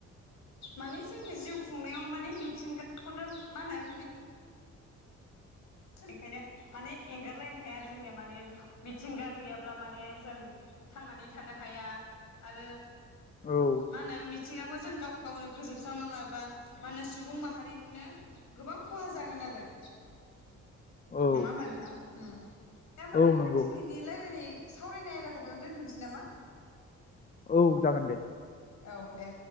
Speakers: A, on the left; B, on the left.
A: माने जोंनि जिउ खुंनायाव माने मिथिंगाखौनो मा होनो। ओंखायनो माने एंगारलायनो हाया आरो जोंनिया माने मिथिंगा गैयाब्ला माने जों थांनानै थानो हाया आरो
B: औ
A: मा होनो मिथिंगाखौ जों गाव गावनो फोजोबस्रांना लाबा मा होनो सुबुं माहारिनिनो गोबां खहा जागोन आरो।
B: औ
A: नङा होनबा नोंथां उम। दे होनोमबा
B: औ
A: नोंथां
B: नंगौ
A: दिनैनि। रायलायनाय सावरायनाय आयदाखौ बेयावनो दोनथ'नोसै नामा।
B: औ जागोन दे।
A: औ दे।